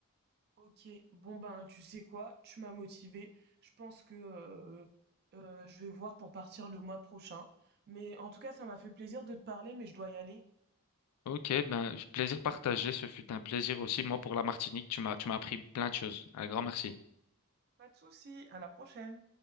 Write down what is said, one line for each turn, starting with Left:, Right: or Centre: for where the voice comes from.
Right: Ok, bon ben tu sais quoi, tu m'as motivé. Je pense que euh, euh, je vais voir pour partir le mois prochain. Mais en tout cas, ça m'a fait plaisir de te parler, mais je dois y aller.
Left: Ok, ben, plaisir partagé. Ce fut un plaisir aussi, moi, pour la Martinique. Tu m'as, tu m'as appris plein de choses. Un grand merci.
Right: Pas de souci, à la prochaine.